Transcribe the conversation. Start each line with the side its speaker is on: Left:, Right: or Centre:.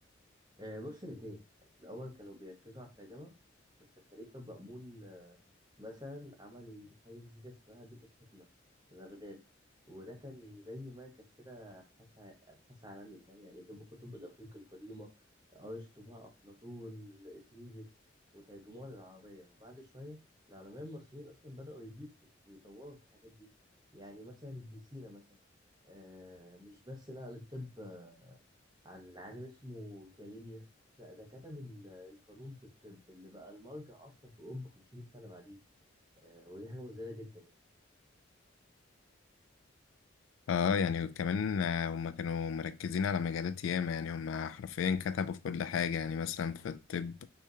Right: آه، بص الاثنين يعني في الأول كانوا بيركزوا على الترجمة بس الخليفة مأمون آه، مثلا عمل حاجة جديدة اسمها بيت الحكمة في بغداد وده كان زي مركز كده أبحاث ع- أبحاث عالمي فاهم يعني جابوا كتب الإغريق القديمة أرسطو بقى أفلاطون إقليدس وترجموها للعربية وبعد شوية العلماء المصريين أصلا بدأوا يضيفوا ويطوروا في الحاجات دي يعني مثلا ابن سينا مثلا آه، مش بس نقل الطب آه، عن عالم اسمه جالينيوس لا ده كتب ال- القانون في الطب اللي بقى المرجع اصلا في اوروبا 500 سنه بعديه آه ودي حاجه مذهله جدا يعني
Left: اه يعني وكمان آه، هم كانوا مركزين على مجالات ياما يعني هم حرفيا كتبوا في كل حاجة يعني مثلا في الطب